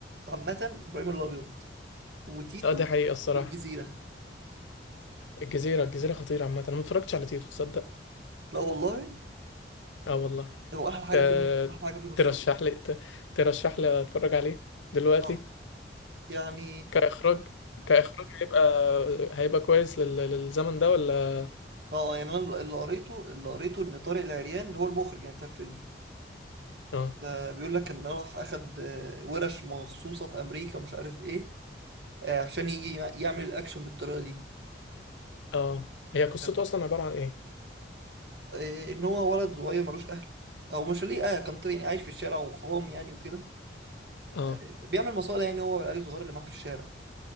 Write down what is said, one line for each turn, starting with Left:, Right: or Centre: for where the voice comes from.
Right: عامه ابراهيم الابيض وتيتو
Left: اه دي حقيقة الصراحة
Right: والجزيره
Left: الجزيرة الجزيرة خطيرة عامة انا ما اتفرجتش على تيتو تصدق
Right: لا والله
Left: اه والله
Right: هو احلى حاجه
Left: ت...
Right: فيه قص- احلى حاجه فيه قصته
Left: ترشح لي ت... ترشح لي اتفرج عليه دلوقتي
Right: اه يعني
Left: كإخراج كإخراج هيبقى هيبقى كويس لل... للزمن ده ولا
Right: اه يعني انا اللي قريته اللي قريته ان طارق العريان هو المخرج يعني بتاع الفيلم
Left: اه
Right: فبيقول لك ان راح اخد آه، ورش مخصوصه في امريكا ومش عارف ايه آه، عشان يجي يع- يعمل الاكشن بالطريقه دي
Left: اه هي قصته
Right: فاهم؟
Left: أصلا عبارة عن إيه؟
Right: آه، ان هو ولد صغير ملوش اهل او مش ليه اه كان طيب يعني عايش في الشارع وحرام يعني وكده
Left: اه
Right: آه، بيعمل مصالح يعني هو والعيال الصغير اللي معاه في الشارع